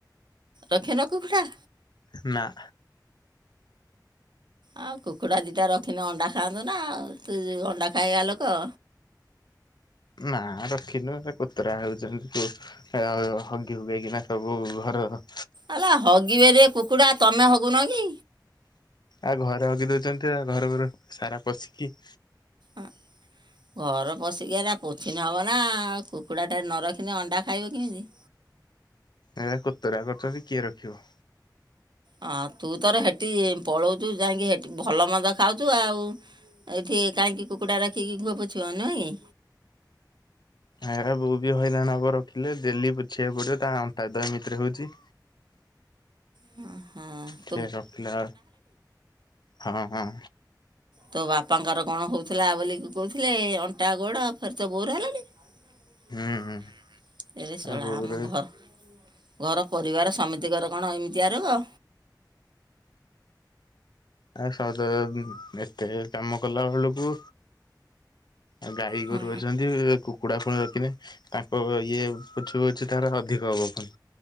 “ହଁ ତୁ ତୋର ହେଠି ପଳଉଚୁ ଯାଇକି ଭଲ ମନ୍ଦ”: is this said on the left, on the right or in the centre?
Right